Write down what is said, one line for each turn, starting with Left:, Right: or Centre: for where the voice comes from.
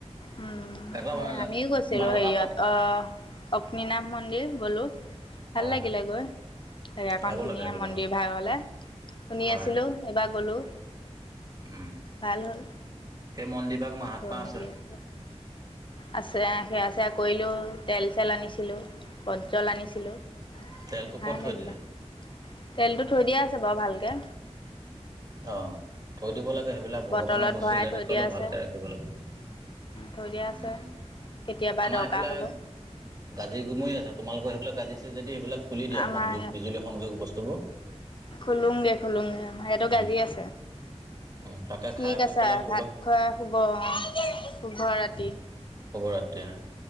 Left: উম,
Right: এটা
Left: আমি গৈছিলোঁ
Right: বাৰটা
Left: হেৰিয়ত,
Right: প
Left: অহ, অগ্নীনাভ মন্দিৰ গ'লো। ভাল
Right: হয়
Left: লাগিলে
Right: হয়
Left: গৈ। জেগাখন
Right: যাব
Left: ধুনীয়া,
Right: লাগে সেইবিলাকত
Left: মন্দিৰ ভাগলে শুনি
Right: হয়
Left: আছিলোঁ, এইবাৰ গ'লোঁ।
Right: উম
Left: ভাল হ'ল।
Right: সেই মন্দিৰভাগ মাহাত্মা
Left: গৈ মেলি
Right: আছে।
Left: আহিলোঁ আছে, সেৱা-চেয়া কৰিলোঁ, তেল চেল আনিছিলোঁ। পটজল আনিছিলোঁ,
Right: তেলটো
Left: ভাল
Right: ক'ত থৈ
Left: এইবিলাক।
Right: দিলে
Left: তেলটো থৈ দিয়া আছে বাৰু ভালকে।
Right: অহ, থৈ দিব লাগে সেইবিলাক
Left: বটলত
Right: ভগৱানৰ বস্তু
Left: ভৰাই
Right: যেনেকৈ
Left: থৈ দিয়া
Right: হ লেও
Left: আছে
Right: ভালকে ৰাখিব লাগে।
Left: থৈ দিয়া
Right: উম
Left: আছে। কেতিয়াবা
Right: আমাৰ
Left: দৰকাৰ
Right: এইফালে
Left: হ'ব।
Right: গাজি গুমৰি আছে। তোমালোকৰ সেইফালে গাজিছে যদি সেইবিলাক খুলি দিয়া,
Left: আমাৰ
Right: সংযোগ, বিজুলী সংযোগ বস্তুবোৰ।
Left: খুলোংগে, খুলুংগে আমাৰ ইয়াতো
Right: উম
Left: গাজি আছে।
Right: উম তাকে
Left: ঠিক
Right: খাই বৈ
Left: আছে
Right: পেলাই শুবা
Left: ভাত খোৱাই শুব অ', শুভ ৰাতি।
Right: শুভৰাত্ৰি য়ে।